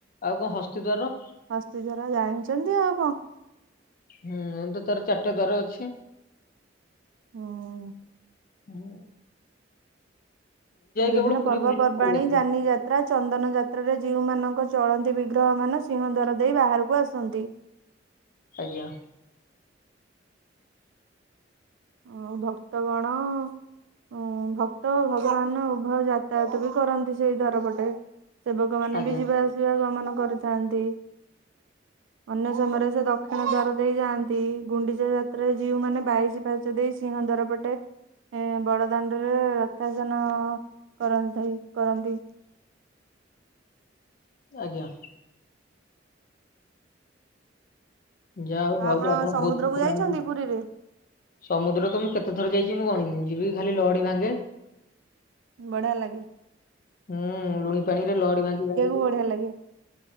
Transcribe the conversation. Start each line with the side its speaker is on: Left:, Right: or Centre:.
Left: ଆଉ କଣ ହସ୍ତି ଦ୍ୱାର
Right: ହସ୍ତି ଜରା ଜାଣିଛନ୍ତି ଆଉ କଣ
Left: ହୁଁ ଏମ୍ତି ତାର ଚାରିଟା ଦ୍ୱାର ଅଛି
Right: ହଁ।
Left: ହଁ <unintelligible>
Right: ବିଭିନ୍ନ
Left: କେବଳ ପୁରୀ
Right: ପର୍ବ
Left: ବୁଲିକି
Right: ପର୍ବାଣୀ
Left: ପଳେଇ ଆସେ
Right: ଯାନି ଯା ତ୍ରା ଚନ୍ଦନ ଯାତ୍ରାରେ ଯିଉମାନଙ୍କ ଚଳନ୍ତି ବିଗ୍ରହ ମାନ ସିଂହ ଦ୍ୱାର ଦେଇ ବାହାରୁକୁ ଆସନ୍ତି
Left: ଆଜ୍ଞା।
Right: ଆଉ ଭକ୍ତ ଗଣ ଉଁ ଭକ୍ତ ଭଗବାନ ଉଭୟ ଯାତାୟାତ ବି କରନ୍ତି ସେଇ ଦ୍ୱାର ପଟେ ‌। ସେବକ ମାନେ
Left: ଆଜ୍ଞା
Right: ବି ଯିବା ଆସିବା ଗମନ କରିଥାନ୍ତି ଅନ୍ୟ ସମୟରେ ସେ ଦକ୍ଷିଣ ଦ୍ୱାର ଦେଇ ଯାଆନ୍ତି ଗୁଣ୍ଡିଚା ଯାତ୍ରାରେ ଯୀଉ ମାନେ ବାଇଶି ପା ହାଚ ଦେଇ ସିଂହ ଦ୍ୱାର ପଟେ ଏ ବଡ଼ଦାଣ୍ଡରେ ରଥଜାନ କରନ୍ତି କରନ୍ତି।
Left: ଆଜ୍ଞା। ଯା ହଉ
Right: ଆଉ
Left: ଭାଉଜ ଆପଣ
Right: ସମୁଦ୍ରକୁ
Left: ବହୁତ୍ କଥା
Right: ଯାଇଛନ୍ତି
Left: ଜାଣିଚନ୍ତି।
Right: ପୁରୀରେ?
Left: ସମୁଦ୍ର ତ ମୁଁ କେତେଥର ଯାଇଛି ମୁଁ ଗଣିନି ଯିବି ଖାଲି ଲହଡି ଭାଙ୍ଗେ
Right: ବଢିଆ ଲାଗେ
Left: ହୁଁ ଲୁଣି ପାଣିରେ ଲହଡି ଭାଙ୍ଗି ଭାଙ୍ଗିକି
Right: ବଢ଼ିଆ ଲାଗେ।